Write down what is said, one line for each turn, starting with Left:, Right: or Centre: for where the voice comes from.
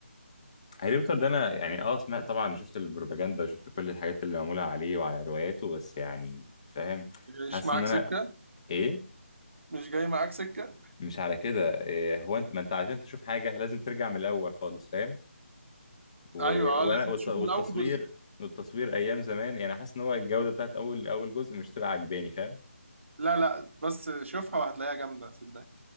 Left: هاري بوتر ده انا يعني اه سمعت طبعا شفت البروباجندا وشفت كل الحاجات اللي معموله عليه وعلى رواياته بس يعني فاهم حاسس
Right: مش معاك
Left: ان انا
Right: سكة
Left: ايه
Right: مش جاي معاك سكة
Left: مش على كده إيه هو انت ما انت عشان تشوف حاجه لازم ترجع من الاول خالص فاهم و...
Right: ايوه اه لازم
Left: وانا والت...
Right: تشوف
Left: والتصوير
Right: من اول جزء
Left: والتصوير ايام زمان يعني حاسس ان هو الجوده بتاعت اول اول جزء مش تبقى عجباني فاهم
Right: لا لا بس شوفها وهتلاقيها جامدة صدقني